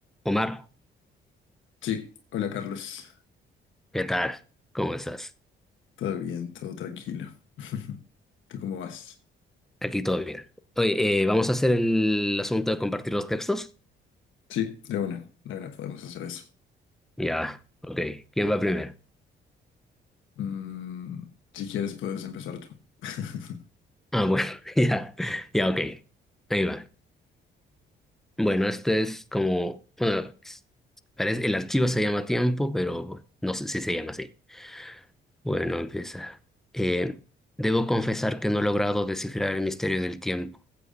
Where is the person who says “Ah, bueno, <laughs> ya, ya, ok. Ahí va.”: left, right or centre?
Centre